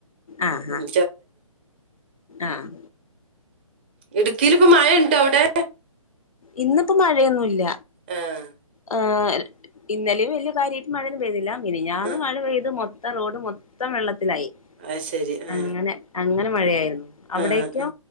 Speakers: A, on the left (about 75°); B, on the right (about 20°).
A: ആഹ് ഹാ
B: ഉം,
A: ആഹ്
B: ഇടുക്കിയിലിപ്പം മഴണ്ടോ അവിടെ?
A: ഇന്നിപ്പോ മഴയൊന്നുല്ല.
B: ആഹ്
A: ആ ഇന്നലെയും വലിയ കാര്യായിട്ട് മഴ ഒന്നും പെയ്തില്ല. മിനിഞ്ഞാന്ന്
B: ആ
A: മഴ പെയ്ത് മൊ ത്ത റോഡ് മൊത്തം വെള്ളത്തിലായി.
B: അത് ശരി. ആ
A: അങ്ങനെ അങ്ങനെ മഴയായിരുന്നു.
B: ആ
A: അവിടേക്കോ
B: ആ ആ.